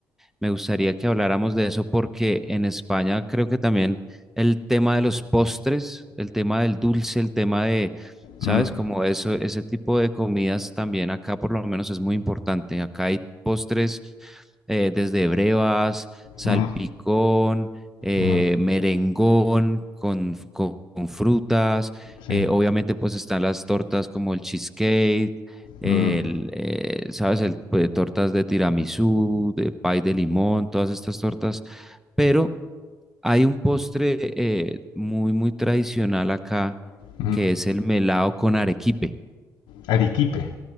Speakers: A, in the centre; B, on the left.
A: me gustaría que habláramos de eso porque en España creo que también el tema de los postres, el tema del dulce, el tema de, ¿sabes?
B: mm,
A: Como eso, ese tipo de comidas también acá por lo menos es muy importante. Acá hay postres eh, desde brevas, salpicón,
B: mm. mm.
A: eh,
B: Ujú,
A: merengón con, con- con frutas.
B: Sí.
A: eh, obviamente pues están las tortas como el cheesecake el,
B: Ujú,
A: eh, ¿sabes? El, pues, tortas de tiramisú, de pay de limón, todas estas tortas. Pero hay un postre eh, muy, muy tradicional acá,
B: ujú.
A: que es el melado con arequipe.
B: Arequipe.